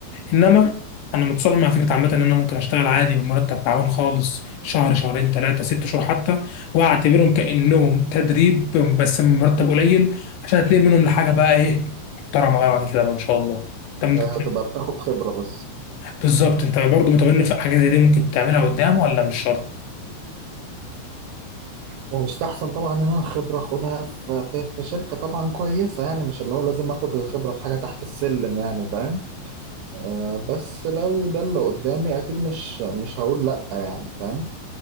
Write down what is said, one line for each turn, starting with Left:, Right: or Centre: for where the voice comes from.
Left: انما انا متصالح مع فكره عامه ان انا ممكن اشتغل عادي بمرتب تعبان خالص شهر شهرين ثلاثه ست شهور حتى واعتبرهم كانهم تدريب بس مرتب قليل عشان اتنقل منهم لحاجه بقى ايه محترمه بقى بعد كده بقى ان شاء الله طب انت-
Right: آه، تبقى بتاخد خبره بس
Left: بالظبط انت برضه متمني في حاجه زي دي ممكن تعملها قدام ولا مش شرط
Right: ويستحسن طبعا ان انا الخبره اخدها في, في, في شركه طبعا كويسه يعني مش اللي هو لازم اخد الخبره في حاجه تحت السلم يعني فاهم آه بس لو ده اللي قدامي اكيد مش مش هقول لا يعني فاهم